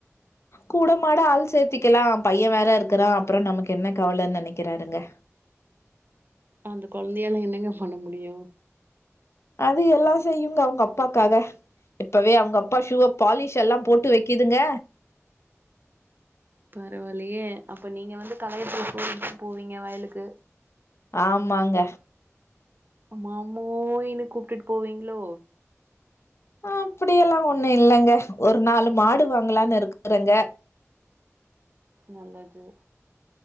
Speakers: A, on the left; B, on the right.
A: கூடமாட ஆள் சேத்திக்கலா பைய வேற இருக்குறா அப்றோ நமக்கு என்ன கவலன் நெனைக்கிறாருங்க
B: அந்த கொழந்தையால என்னங்க பண்ண முடியு
A: அது எல்லா செய்யுங்க அவ்ங்க அப்பாக்காக இப்பவே அவ்ங்க அப்பா ஷூவ பாலிஷெல்லா போட்டு வெக்கிதுங்க
B: பரவால்லயே அப்ப நீங்க வந்து கலயத்துல சோறு எடுத்துட்டு போவீங்க வயலுக்கு
A: ஆமாங்க
B: மாமோய்னு கூப்ட்டுட்டு போவீங்ளோ
A: அப்டியெல்லா ஒன்னு இல்லங்க ஒரு நாலு மாடு வாங்கலானு இருக்றங்க
B: நல்லது